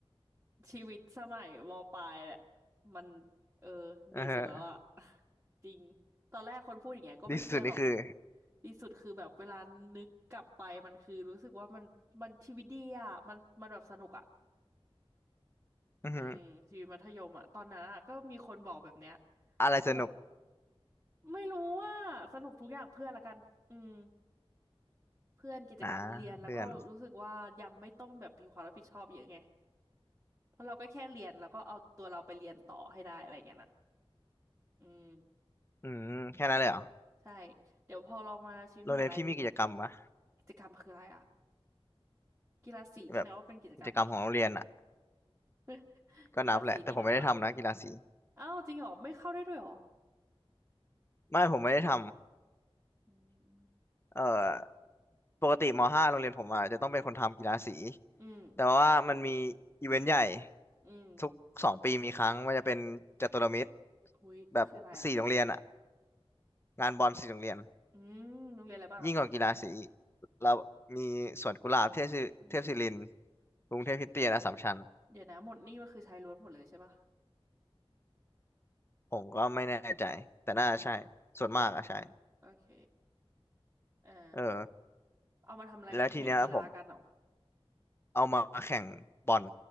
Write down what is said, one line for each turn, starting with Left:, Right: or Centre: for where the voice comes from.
Right: ชีวิตสมัยมปลายแหละมันเออดีสุดแล้วอะ
Left: เออฮะ
Right: <laughs> จริงตอนแรกคนพูดอย่างเงี้ยก็ไม่เชื่อหรอก
Left: ดีสุดนี่คือ
Right: ดีสุดคือแบบเวลานึกกลับไปมันคือรู้สึกว่ามันมันชีวิตดีอะมันมันแบบสนุกอะ
Left: อือฮึ
Right: อืมชีวิตมัธยมอะตอนนั้นอะก็มีคนบอกแบบเนี้ย
Left: อะไรสนุก
Right: ว่าแบบไม่รู้ว่าสนุกทุกอย่างเพื่อนละกันอืมเพื่อนกิจกรรมเรียนแล้วก็รู้สึกว่ายังไม่ต้องแบบมีความรับผิดชอบเยอะไง
Left: นะเพื่อน
Right: เพราะเราก็แค่เรียนแล้วก็เอาตัวเราไปเรียนต่อให้ได้อะไรอย่างเงี้ยนะอืม
Left: อืมแค่นั้นเลยเหรอ
Right: ใช่เดี๋ยวพอลองมาชีวิตมหาลัยดีมันก็
Left: โรงเรียนพี่มีกิจกรรมปะ
Right: กิจกรรมคืออะไรอ่ะกีฬาสีนี่นะว่าเป็นกิจกรรมปะ
Left: แบบกิจกรรมของโรงเรียนอ่ะ
Right: <laughs>
Left: ก็นับแหละแต่ผมไม่ได้ทำนะกีฬาสี
Right: กีฬาสีนี่นะปะอ้าวจริงเหรอไม่เข้าได้ด้วยเหรอ
Left: ไม่ผมไม่ได้ท
Right: อืม
Left: ำเอ่อปกติมห้าโรงเรียนผมอ่ะจะต้องเป็นคนทำกีฬาสี
Right: อืม
Left: แต่ว่ามันมีอีเวนต์ใหญ่
Right: อืม
Left: ทุกสองปีมีครั้งมันจะเป็นจตุรมิตร
Right: หุยคืออะไรอ่ะ
Left: แบบสี่โรงเรียนอ่ะ งานบอลสีโรงเรียน
Right: อืมโรงเรียนอะไรบ้างอ่ะ
Left: ยิ่งกว่ากีฬาสีอีกเรามีสวนกุหลาบเทพศิเทพศิรินทร์
Right: อืม
Left: กรุงเทพคริสเตียนอัสสัมชัญ
Right: เดี๋ยวนะหมดนี่มันคือชายล้วนหมดเลยใช่ปะ
Left: ผมก็ไม่แน่ใจแต่น่าจะใช่ส่วนมากอะใช่
Right: อ่าโอเคเออ
Left: เออ
Right: เอามาทำอะไรกันแข่งกีฬากันเหรอ
Left: แล้วทีเนี้ยผมเอามาแข่งบอล